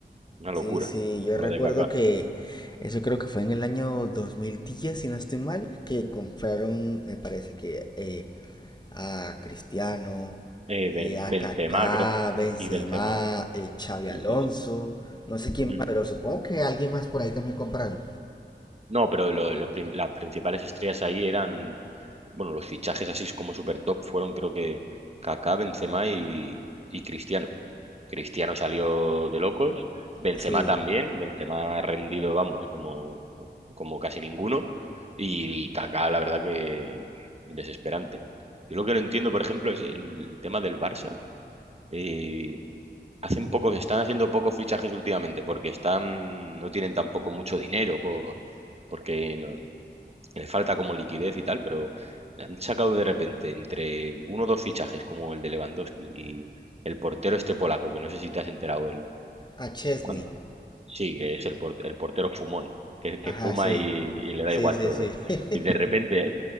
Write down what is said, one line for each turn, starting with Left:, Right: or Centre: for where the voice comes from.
Right: Una locura,
Left: Sí, sí, yo
Right: lo
Left: recuerdo
Right: de Kaká.
Left: que eso creo que fue en el año 2010, si no estoy mal, que compraron, me parece que eh, a Cristiano,
Right: Eh, Ben-
Left: eh, a
Right: Benzema,
Left: Kaká,
Right: creo,
Left: Benzema,
Right: y Benzema,
Left: eh, Xavi
Right: sí,
Left: Alonso,
Right: sí, sí.
Left: no sé quién
Right: Mm.
Left: más, pero supongo que alguien más por ahí también compraron.
Right: No, pero lo- los prin- las principales estrellas ahí eran, bueno, los fichajes así como super top fueron creo que Kaká, Benzema y, y Cristiano. Cristiano salió de locos, Benzema
Left: Sí,
Right: también, Benzema ha rendido, vamos, como, como casi ninguno, y, Kaká, la verdad que desesperante. Yo lo que no entiendo, por ejemplo, es el tema del Barça. Eh, hacen pocos, están haciendo pocos fichajes últimamente, porque están, no tienen tampoco mucho dinero, por, porque no- les falta como liquidez y tal, pero han sacado de repente entre uno o dos fichajes, como el de Lewandowski y el portero este polaco, que no sé si te has enterado,
Left: a Chesney,
Right: cuando sí, que es el, por- el portero fumón, que, que
Left: ajá,
Right: fuma
Left: sí,
Right: y, y le da
Left: sí,
Right: igual
Left: sí,
Right: todo.
Left: sí. <laughs>
Right: Y de repente